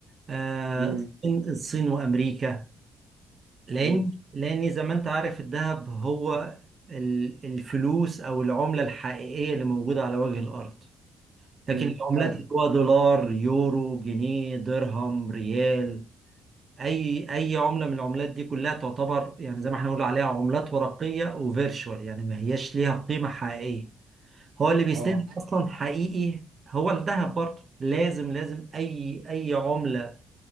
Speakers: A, on the right; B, on the right.
A: آه،
B: امم
A: الصين الصين وامريكا لان
B: ايوه
A: لان زي ما انت عارف الذهب هو ال- الفلوس او العمله الحقيقيه اللي موجوده على وجه الارض لكن
B: امم
A: العملات
B: فعلا
A: اللي هو دولار يورو جنيه درهم ريال اي اي عمله من العملات دي كلها تعتبر يعني زي ما احنا بنقول عليها عملات ورقيه وفيرتشوال يعني ما هياش ليها قيمه حقيقيه هو اللي بيسند
B: اه
A: اصلا حقيقي هو الذهب برضه لازم لازم اي اي عمله